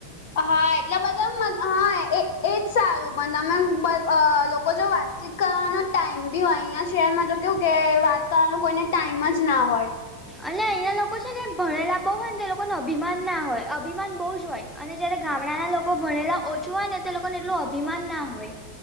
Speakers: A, on the left; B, in the centre.
A: હ હા એટલે બધા મ હા એ એજ સારું પણ તમે <unintelligible> લોકો જો વાત ચીત કરવાનો ટાઈમ બી હોય અહિયાં શેર માં તો કેવું કે વાત કરવાનો કોઈને ટાઈમ જ ના હોય.
B: અને અહીંયા લોકો છે ને ભણેલા બહુ હોય ને તે લોકો ન અભિમાન ના હોય અભિમાન બહુ જ હોય. અને જયારે ગામડાના લોકો ભણેલા ઓછું હોય ને તે લોકોને એટલું અભિમાન ના હોય.